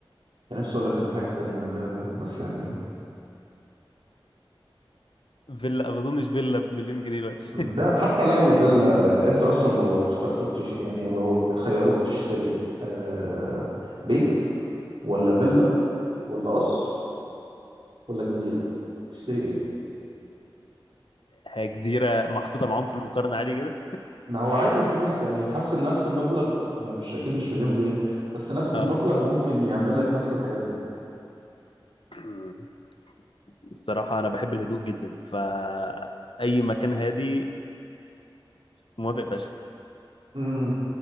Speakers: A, on the right; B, on the left.
A: كان نفسي اقول لك ان في حاجه تانية هنعملها بيهم بس يعني
B: فيلا ما اظنش فيلا بمليون جنيه دلوقتي
A: ده حتى لو فيلا آه، انت اصلا لو اخترتوك تش... يعني لو خيروك تشتري آه... بيت ولا فيلا ولا قصر ولا جزيره تشتري ايه
B: هي جزيره محطوطه معاهم في المقارنه عادي كده
A: ما هو عادي في ناس يعني في حاسس ان نفس المبلغ يعني مش اكيد مش مليون جنيه بس نفس
B: اه
A: المبلغ ممكن يعمل لك نفس الحاجات دي
B: <clears throat> الصراحه انا بحب الهدوء جدا فاي مكان هادي موافق فشخ
A: امم